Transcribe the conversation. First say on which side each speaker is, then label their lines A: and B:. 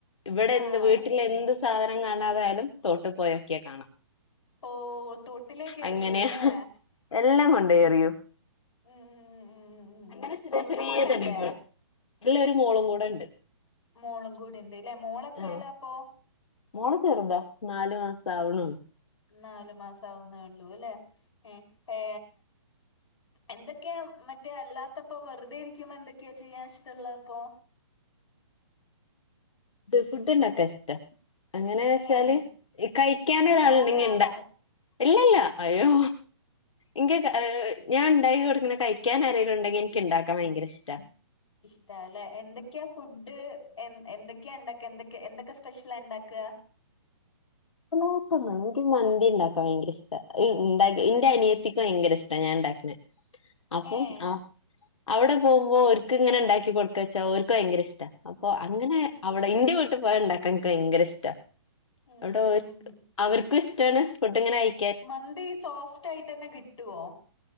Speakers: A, on the left (about 85°); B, on the left (about 65°).
A: ഇവിടെ
B: ആഹ്
A: എന്ത് വീട്ടിലെന്ത് സാധനം കാണാതായാലും തോട്ടിൽ പോയി നോക്കിയാൽ കാണാം
B: ഓ തൊട്ടിലേക്ക് എറിയൂല്ലേ
A: അങ്ങനെയാ എല്ലാം കൊണ്ടോയി ഏറിയും
B: ഉം ഉം ഉം ഉം ഉം
A: അങ്ങനെ
B: ഉം
A: ചെറിയ
B: ഒറ്റ
A: ചെറിയ
B: മോനല്ലേ
A: പണികള് ഇനി ഒരു മോളും കൂടെയുണ്ട്
B: മോളും കൂടിണ്ട് ഇല്ലേ മോള് എത്രയിലാ
A: ആ
B: അപ്പൊ
A: മോള് ചെറുതാ നാല് മാസം ആവണേയുള്ളു
B: നാല് മാസം ആവുന്നേ ഉള്ളൂ അല്ലേ ഏ ഏ എന്തൊക്കെയാ മറ്റേ അല്ലാത്തപ്പോ വെറുതെ ഇരിക്കുമ്പോ എന്തൊക്കെയാ ചെയ്യാൻ ഇഷ്ടവൊള്ളത് അപ്പോ
A: ഫുഡുണ്ടാക്കാൻ ഇഷ്ടാ അങ്ങനെ വച്ചാല്
B: ഏഹ്
A: കഴിക്കാനൊരാള്
B: ആഹ് പ്രോയാണോ
A: ഉണ്ടെങ്കി ഇണ്ടാ ഇല്ലില്ല അയ്യോ ഇൻക് ഏഹ് ഞാൻ ഇണ്ടാക്കി കൊടുക്കണത് കഴിക്കാൻ ആരേലും ഉണ്ടെങ്കി എനിക്ക് ഉണ്ടാക്കാൻ ഭയങ്കര ഇഷ്ടവാ
B: ഇഷ്ടവാ അല്ലേ എന്തൊക്കെയാ ഫുഡ് എ എന്തൊക്കെയാ ഉണ്ടാക്കുക എന്തൊക്കെ എന്തൊക്കെ സ്പെഷ്യലാ ഉണ്ടാക്കുക
A: <unintelligible> മന്തി മന്തി ഉണ്ടാക്കാൻ ഭയങ്കര ഇഷ്ടവാ എന്റെ എന്റെ അനിയത്തിക്ക് ഭയങ്കര ഇഷ്ടവാ ഞാൻ ഉണ്ടാക്കണേ അപ്പൊ
B: ഏഹ്
A: ആ അവിടെ പോകുമ്പോ ഓർക്ക് ഇങ്ങനെ ഉണ്ടാക്കി കൊടുക്കാച്ചാ ഓർക്ക് ഭയങ്കര ഇഷ്ടവാ അപ്പോ അങ്ങനെ
B: ഉം
A: അവിടെ ഇന്റെ വീട്ടിൽ പോയി ഉണ്ടാക്കാൻ എനിക്ക് ഭയങ്കര ഇഷ്ടവാ
B: ഉം
A: അവിടെ
B: ഉം ഉം
A: അവർക്കും ഇഷ്ടവാണ് ഫുഡിങ്ങനെ കയി
B: മന്തി സോഫ്റ്റായിട്ട് തന്നെ കിട്ടുവോ